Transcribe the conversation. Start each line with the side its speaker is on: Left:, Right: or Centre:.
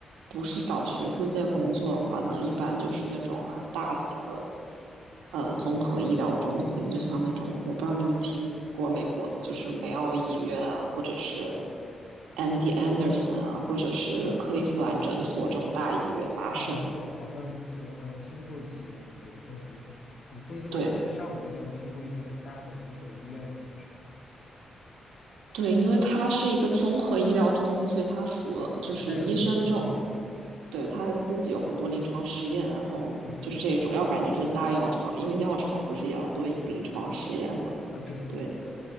Right: 不是找学术界工作的话呢，一般就是那种很大型的，呃，综合医疗中心，就像那种，我不知道你有没有听过美国的，就是梅奥医院啊，或者是 MD Anderson 啊，或者是克利夫兰诊所这种大医院，麻省，
Left: 啊，我好像，对，我好像听过一些名字，但是，嗯，不一定完全对得上，
Right: 对
Left: 对，但我听过一些很大的连锁医院什么的，是吧？
Right: 对，因为它是一个综合医疗中心，
Left: 嗯，
Right: 所以它除了就是医生这种
Left: 还带有研究型的，
Right: 对，他自己有很多临床实验，然后就是这种，
Left: 嗯，
Right: 要不然就是大药厂，因为药厂不是也要做临床实验嘛？
Left: 啊，对对对，
Right: 对，